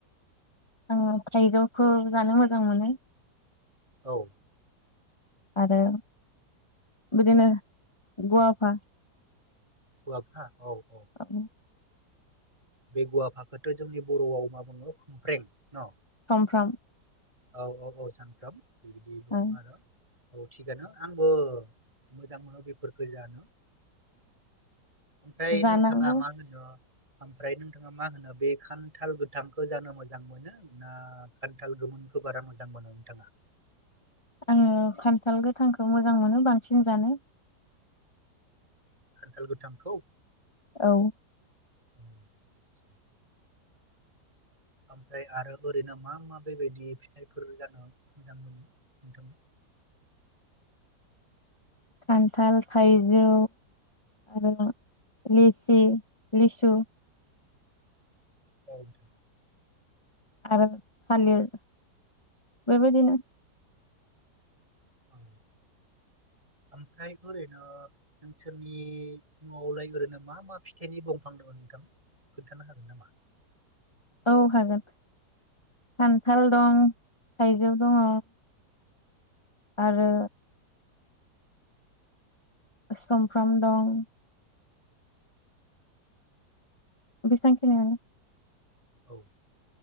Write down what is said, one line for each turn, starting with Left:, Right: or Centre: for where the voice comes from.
Left: आङो थाइजौखौ जानो मोजां मोनो।
Right: औ।
Left: आरो बिदिनो गवाफा।
Right: गुवाफा औ।
Left: औ।
Right: बे गुवा फाखोथो जोंनि बर'आव मा बुङो खमफ्रें न।
Left: समफ्राम।
Right: औ -औ -औ -सानफ्राम। बिद गुमारा।
Left: ओ
Right: औ थिगानो आंबो मोजां मोनो बेफोरखौ जानो। ओमफ्राय
Left: जानांगौ
Right: नोंथाङा मा होनदों। ओमफ्राय नोंथाङा मा होनो बे खान्थाल गोथांखौ जानो मोजां मोनो ना खान्थाल गोमोनखौ बारा मोजां मोनो नोंथाङा।
Left: आङो खान्थाल गोथांखौ मोजां मोनो बांसिन जानो।
Right: खान्थाल गोथांखौ।
Left: औ।
Right: <unintelligible> ओमफ्राय आरो ओरैनो मा मा बेबायदि फिथाइफोर जानो मोजां मोनो नोंथां।
Left: खान्थाल थाइजौ आरो लिसि लिसु।
Right: औ द।
Left: आरो थालिर बेबायदिनो।
Right: औ ओमफ्राय ओरैनो नोंसोरनि न'आवलाय ओरैनो मा मा फिथाइनि दंफां दोङो नोंथां खोन्थानो हागोन नामा।
Left: औ हागोन खान्थाल दं थाइजौ दङ' आरो। सामफ्राम दं। बिसांखिनियानो।
Right: औ